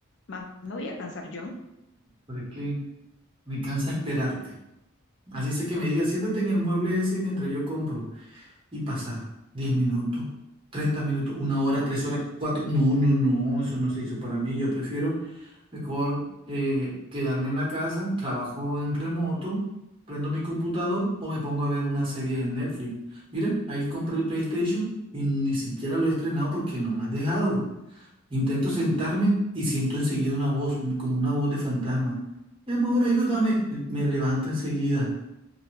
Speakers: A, on the left (about 55°); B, on the right (about 25°).
A: Más me voy a cansar yo.
B: pero es que me cansa esperarte. Así sé que me diga, siéntate en el mueble ese mientras yo compro. y pasa 10 minutos, 30 minutos, una hora, tres horas, cuatro. No, no, no, eso no se hizo para mí. Yo prefiero mejor eh, quedarme en la casa, trabajo en remoto, prendo mi computador o me pongo a ver una serie en Netflix. Mira, ahí compré el PlayStation y ni siquiera lo he estrenado porque no me has dejado. Intento sentarme y siento enseguida una voz, un- como una voz de fantasma. Mi amor, ayúdame. Me levanto enseguida.